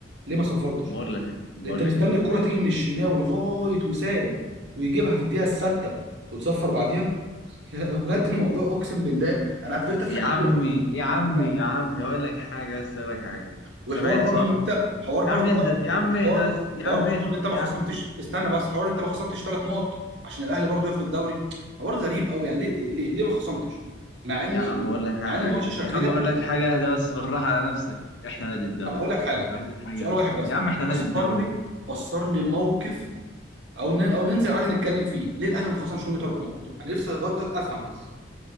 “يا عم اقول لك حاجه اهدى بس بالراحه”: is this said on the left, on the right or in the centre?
Left